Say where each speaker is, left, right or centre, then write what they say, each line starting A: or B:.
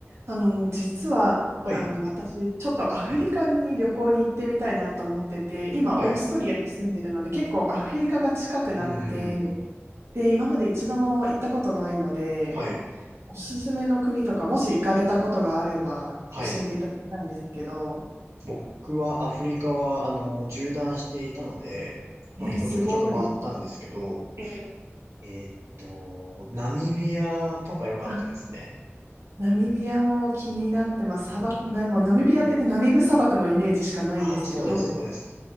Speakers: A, on the right; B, on the right.
A: あの、実は、
B: はい、
A: あの、私、ちょっとアフリカに旅行に行ってみたいなと思ってて、今、
B: はい、
A: オーストリアに住んでるので、結構アフリカが近くなって、
B: うんうんうんうん。
A: で、今まで一度も行ったことないので、
B: はい、
A: おすすめの国とか、もし行かれたことがあれば、
B: はい。
A: 教えていただきたいんですけど、
B: 僕はアフリカは、あの、縦断していたので、まあ、
A: えーすごい。
B: 結構ちょくちょく回ったんですけど、
A: えー
B: えーっと、ナミビアとか良かったですね。
A: あナミビアも気になってます。砂漠、な、でもナミビアっていうとナミブ砂漠のイメージしかないんですけど、
B: ああ、そうです、
A: どうです
B: そうです。